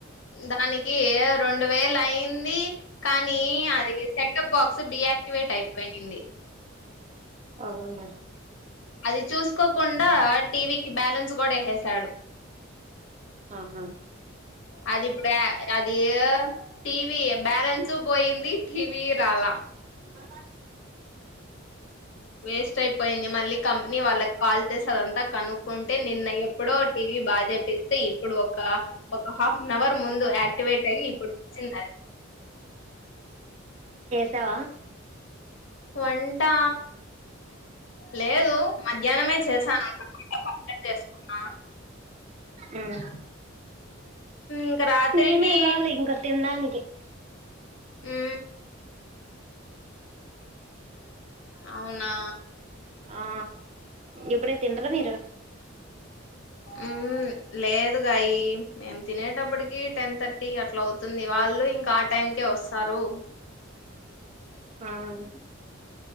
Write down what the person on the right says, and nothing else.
అవున
ఆహా
అ
సావా
ఆ
మేమేళ్ళాలి ఇంకా తినడానికి కి
ఆ ఇప్పుడే తింట్రా మీరు
ఆను